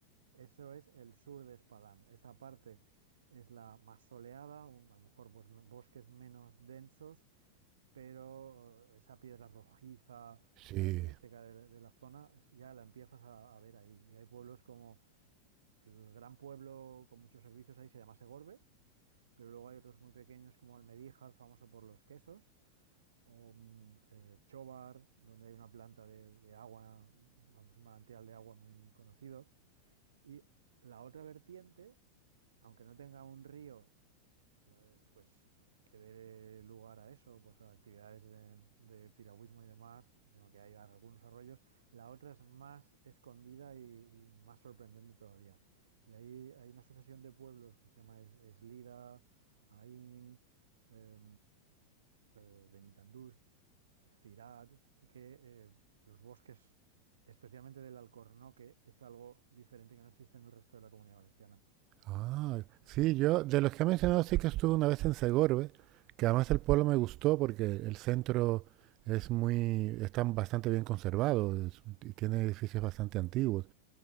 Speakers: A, on the right; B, on the right.
A: eso es el sur de Espadán. Esa parte es la más soleada, un- a lo mejor pues, bosques menos densos pero eh, esa piedra rojiza
B: sí.
A: característica de, de la zona ya la empiezas a, a ver ahí. Y hay pueblos como el gran pueblo con muchos servicios ahí se llama Segorbe, pero luego hay otros muy pequeños como Almedíjar, famoso por los quesos, o mm, eh, Chobar, donde hay una planta de, de agua, vamos, un manantial de agua muy conocido. Y la otra vertiente, aunque no tenga un río, eh, pues que dé lugar a eso, pues a actividades de, de piragüismo y demás, sino que hay algunos arroyos. La otra es más escondida y, y más sorprendente todavía. Y ahí hay una asociación de pueblos que se llama Es- Eslida, Aín, eh, eh, Benitandús, Cirat, que eh, los bosques, especialmente del Alcornoque, es algo diferente que no existe en el resto de la Comunidad Valenciana.
B: Ah, sí, yo, de los que ha mencionado, sí que estuve una vez en Segorbe, que además el pueblo me gustó porque el centro es muy, está bastante bien conservado es- y tiene edificios bastante antiguos.